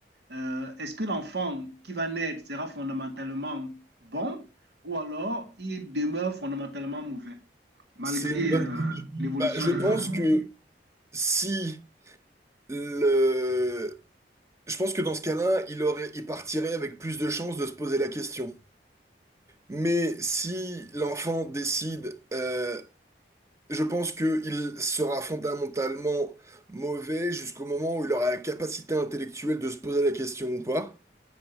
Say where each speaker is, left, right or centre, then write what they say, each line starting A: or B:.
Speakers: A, on the right; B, on the right.
A: Euh, est-ce que l'enfant qui va naître sera fondamentalement bon ou alors il demeure fondamentalement mauvais, malgré
B: C'est une bonne.
A: euh, l'évolution
B: Bah, je
A: des
B: pense
A: parents?
B: que si le, je pense que dans ce cas-là, il aurait, il partirait avec plus de chances de se poser la question. Mais si l'enfant décide, euh, je pense qu'il sera fondamentalement mauvais jusqu'au moment où il aura la capacité intellectuelle de se poser la question ou pas.